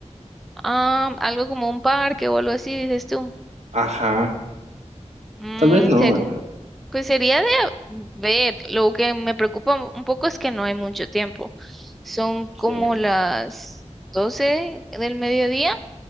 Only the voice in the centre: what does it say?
ah, algo como un parque o algo así, dices tú.
Mm,
sería.
Pues sería de ver, lo que me preocupa un un poco es que no hay mucho tiempo. Son como
las 12 del mediodía.